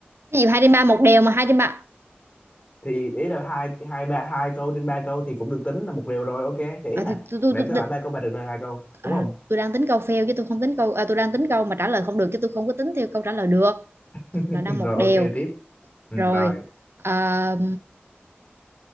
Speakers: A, on the right; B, on the left.
A: cái gì hai trên ba một đều mà hai trên ba
B: thì ý là hai hai ba hai câu trên ba câu thì cũng được tính là một điều rồi ok thì ý
A: à,
B: là
A: thì tôi tôi
B: nãy
A: tôi
B: tôi
A: tôi-
B: hỏi ba câu bà được lời hai câu đúng
A: à,
B: không
A: tôi đang tính câu fail chứ tôi không tính câu à, tôi đang tính câu mà trả lời không được chứ tôi không có tính theo câu trả lời được
B: <laughs>
A: là đang một
B: rồi
A: đều
B: ok tiếp ừ,
A: rồi
B: rồi
A: Ờ,